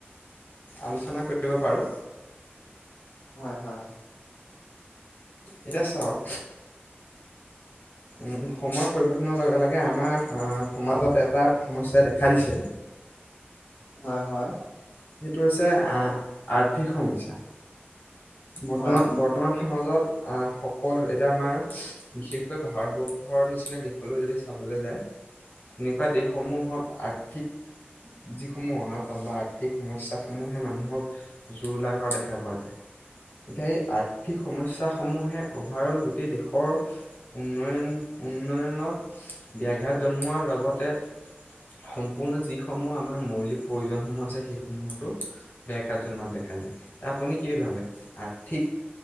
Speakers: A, on the left; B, on the left.
A: আলোচনা কৰিব পাৰোঁ।
B: হয় হয়-হয়।
A: <inaudible> এতিয়া চাওক উম সময়ৰ পৰিৱৰ্তনৰ লগে লগে আমাৰ সমাজত এটা সমস্যাই দেখা দিছে।
B: হয় হয়।
A: সেইটো হৈছে আ-আৰ্থিক সমস্যা। বৰ্তমান-বৰ্তমান
B: হয়
A: সমাজত আ সকলো এতিয়া আমাৰ বিশেষকৈ ভাৰতবৰ্ষৰ নিচিনা দেশলৈ যদি চাবলৈ যায়, তেনেকুৱা দেশসমূহত আৰ্থিক যিসমূহ অনাটন বা আৰ্থিক সমস্যা সমূহে মানুহক জোৰোলা কৰা দেখা পোৱা যায়। সেই আৰ্থিক সমস্যাসমূহে অভাৰল গোটেই দেশৰ উন্নয়ন উন্নয়নক ব্যাঘাত জন্মোৱাৰ লগতে সম্পূৰ্ণ যিসমূহ আমাৰ মৌলিক প্ৰয়োজন <unintelligible> আছে সেইসমূহতো ব্যাঘাত জন্মা দেখা যায়, এ আপুনি কি ভাবে। আৰ্থিক